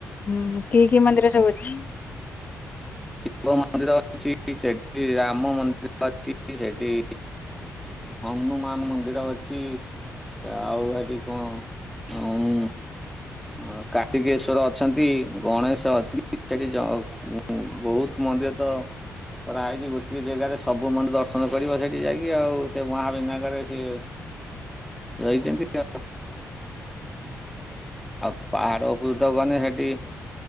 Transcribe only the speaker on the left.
ହୁଁ, କିଏ କିଏ ମନ୍ଦିର ସବୁ ଅଛି?